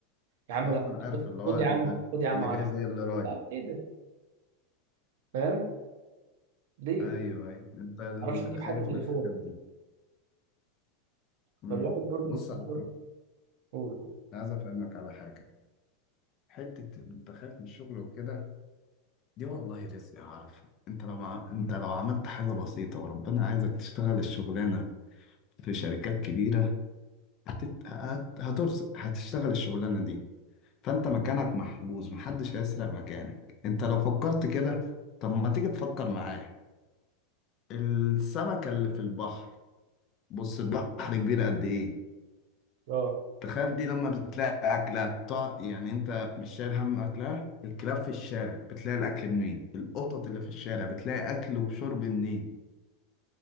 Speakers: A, on the right; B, on the left.
A: يا عم
B: اه
A: لا
B: ما
A: خد
B: انا عارف
A: خد-
B: اللي هو
A: خد
B: انت
A: يا عم خد يا عم
B: اللي
A: 10
B: جاي زي اللي رايح
A: اه ايه ده فاهم ليه
B: ايوه ايوه انت ال-
A: ما تعرفش تجيب
B: خايف
A: حتى تليفون
B: من الحاجات دي امم
A: فالواحد برضه
B: بص
A: بيفكر
B: يا احمد
A: قول قول
B: عايز افهمك على حاجه حته إن انت خايف من الشغل وكده دي والله رزق اعرف انت لو مع... انت لو عملت حاجه بسيطه وربنا عايزك تشتغل الشغلانه في شركات كبيره هتت... هت... هترزق هتشتغل الشغلانه دي فانت مكانك محجوز محدش هيسرق مكانك انت لو فكرت كده طب ما تيجي تفكر معايا السمكه اللي في البحر بص البحر كبير قد ايه
A: اه
B: تخيل دي لما بتلاقي أكلة بتاع يعني أنت مش شايل هم أكلها الكلاب في الشارع بتلاقي الأكل منين القطط اللي في الشارع بتلاقي أكل وشرب منين